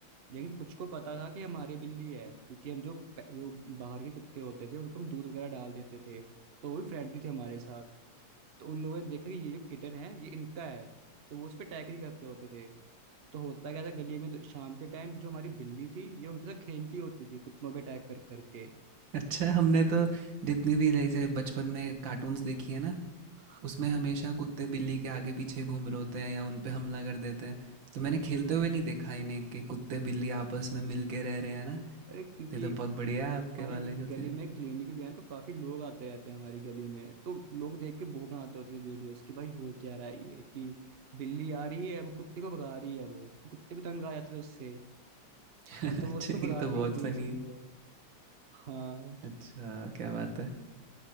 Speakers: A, on the right; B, on the right.
A: लेकिन कुछ को पता था कि हमारी बिल्ली है क्योंकि हम जो पे- जो बाहर के कुत्ते होते थे उनको हम दूध वगैरह डाल देते थे तो वो भी फ्रेंडली थे हमारे साथ तो उन लोगों ने देखा कि ये जो किटन है ये इनका है तो वो उस पर अटैक नहीं करते होते थे तो होता क्या था गली में तो शाम के टाइम जो हमारी बिल्ली थी ये उनके साथ खेलती होती थी कुत्तों पे अटैक कर करके
B: अच्छा हमने तो जितनी भी जैसे बचपन में कार्टून्स देखी है ना
A: <laughs>
B: उसमें हमेशा कुत्ते बिल्ली के आगे पीछे घूम रहे होते हैं या उन पे हमला कर देते हैं तो मैंने खेलते हुए नहीं देखा इन्हें कि कुत्ते बिल्ली आपस में मिल के रह रहे हैं ना
A: अरे क्योंकि
B: तो ये तो बहुत बढ़िया है आपके
A: हमारे
B: वाले
A: ग-
B: जो
A: गली
B: थे
A: में क्लिनिक भी है तो काफी लोग आते रहते हैं हमारी गली में तो लोग देख के वो बनाते होते थे वीडियोस कि भाई हो क्या रहा है ये कि बिल्ली आ रही है वो कुत्ते को भगा रही है वो कुत्ते भी तंग आ जाते थे उससे
B: <laughs>
A: <laughs>
B: अच्छा
A: तो वो उसको भगाती
B: ये तो बहुत
A: होती थी
B: फनी
A: उन सबको
B: है
A: हाँ
B: अच्छा क्या बात है